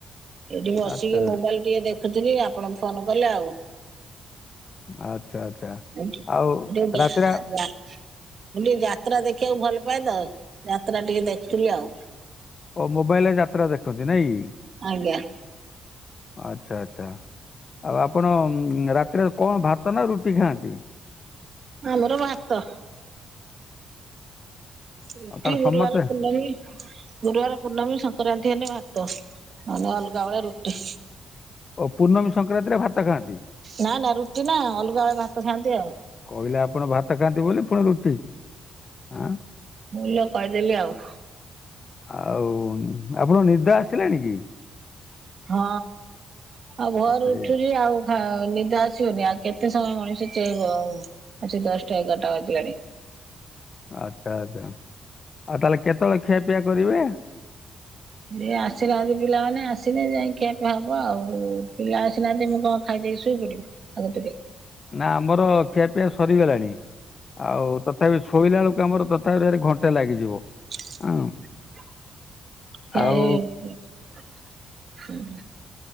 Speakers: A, on the right; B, on the left.
A: ଏଇଠି ବସିକି
B: ଆଚ୍ଛା
A: ମୋବାଇଲ ଟିକେ ଦେଖୁଥିଲି ଆପଣ ଫୋନ କଲେ ଆଉ।
B: ଆଚ୍ଛା ଆଚ୍ଛା।
A: <unintelligible> ମୁଁ
B: ଆଉ
A: ଟିକେ
B: ରାତିରେ
A: ଯାତ୍ରା ଦେଖିବାକୁ ଭଲ ପାଏ ତ ଯାତ୍ରା ଟିକେ ଦେଖୁଥିଲି ଆଉ।
B: ଓ ମୋବାଇଲରେ ଯାତ୍ରା ଦେଖନ୍ତି ନାଇଁକି?
A: ଆଜ୍ଞା।
B: ଆଚ୍ଛା ଆଚ୍ଛା। ଆଉ ଆପଣ ରାତିରେ କଣ ଭାତ ନା ରୁଟି ଖାଆନ୍ତି?
A: ଆମର ଭାତ। ରୁଟି
B: ଆଉ କାରଣ
A: ଗୁରୁବାର
B: ସମସ୍ତେ
A: <unintelligible> ଗୁରୁବାର ପୂର୍ଣ୍ଣମୀ ସଂକ୍ରାନ୍ତି ହେଲେ ଭାତ ନହେନେ ଅଲଗା ବେଳେ ରୁଟି।
B: ଓ ପୂର୍ଣ୍ଣମୀ ସଂକ୍ରାନ୍ତିରେ ଭାତ ଖାଆନ୍ତି।
A: ନା ନା ରୁଟି ନା ଅଲଗା ବେଳେ ଭାତ ଖାଆନ୍ତି ଆଉ।
B: କହିଲେ ଆପଣ ଭାତ ଖାଆନ୍ତି ବୋଲି ଫୁଣି ରୁଟି। ଆଁ
A: ଭୁଲରେ କହିଦେଲି ଆଉ।
B: ଆଉ ଆପଣ ନିଦା ଆସିଲାଣି କି?
A: ହଁ ଆଉ ଭୋରୁ
B: ଆଚ୍ଛା ଆଜ୍ଞା
A: ଉଠୁଚି। ‌ ଆଉ ହଁ ନିଦ ଆସିବନି ଆଉ କେତେ ସମୟ ମଣିଷ ଚେଇଁବ ଆଜି ଦଶଟା ଏଗାରଟା ବାଜିଲାଣି।
B: ଆଚ୍ଛା ଆଚ୍ଛା ଆଉ ତାହେଲେ କେତେବେଳେ ଖିଆପିଆ କରିବେ?
A: ଏ ଆସିନାହାନ୍ତି ପିଲାମାନେ ଆସିନେ ଯାଇଁ ଖିଆପିଆ ହବ ଆଉ ପିଲା ଆସିନାହାନ୍ତି ମୁଁ କଣ ଖାଇ ଦେଇ ଶୋଇ ପଡିବି ଆଗ ଟିକେ।
B: ନା ଆମର ଖିଆ ପିଇଆ ସରିଗଲାଣି ଆଉ ତଥାପି ଶୋଇଲା ବେଳକୁ ଆମର ତତାରେ ଭାରି ଘଣ୍ଟା ଲାଗିଯିବ।
A: <inaudible>
B: ହଁ ଆଉ